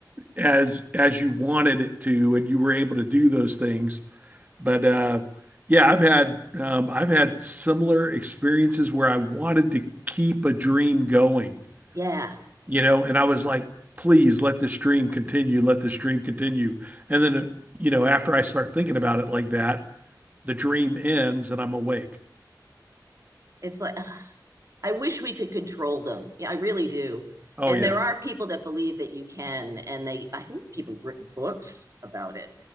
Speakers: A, on the right; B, on the right.
A: as as you wanted it to, and you were able to do those things. But uh, yeah, I've had um, I've had similar experiences where I wanted to keep a dream going,
B: yeah.
A: you know, and I was like, please let this dream continue, let this dream continue. And then, uh, you know, after I start thinking about it like that, the dream ends and I'm awake.
B: It's like, I wish we could control them. Yeah, I really do.
A: Oh
B: And
A: yeah.
B: there are people that believe that you can, and they, I think people have written books about it,